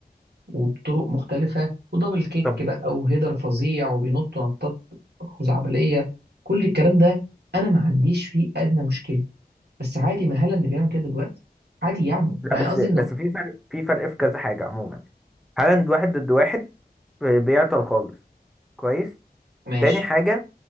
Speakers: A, on the right; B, in the centre.
A: وبطرق مختلفة ودبل كيك
B: طب
A: بقى وهيدر فظيع وبينط نطات خزعبلية كل الكلام ده أنا ما عنديش فيه أدنى مشكلة بس عادي ما هالاند بيعمل كده دلوقتي عادي يعني
B: لا
A: يعني
B: بس
A: قصدي
B: بس
A: إنه
B: في فرق في فرق في كذا حاجة عموما هالاند واحد ضد واحد بي- بيعطل خالص كويس
A: ماشي
B: تاني حاجة